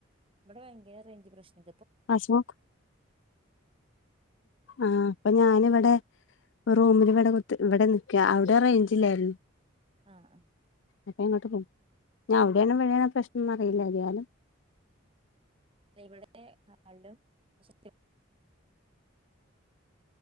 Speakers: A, on the right; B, on the left.
A: ഇവിടെ ഭയങ്കര റേഞ്ച് പ്രശ്നം
B: അശോക് ആഹ് അപ്പൊ ഞാനിവിടെ റൂമില് ഇവിടെ കുത് ഇവിടെ നിക്കുക അവിടെ റേഞ്ച് ഇല്ലായിരുന്നു
A: ആ അ
B: അപ്പൊ എങ്ങോട്ട് പോം ഞ്ഞ് അവിടെയാണ്‌ മഴയാണ്‌ പ്രശ്നംന്ന് അറിയില്ല എയാലും
A: ഇവിടെ ഹാളിലും <inaudible>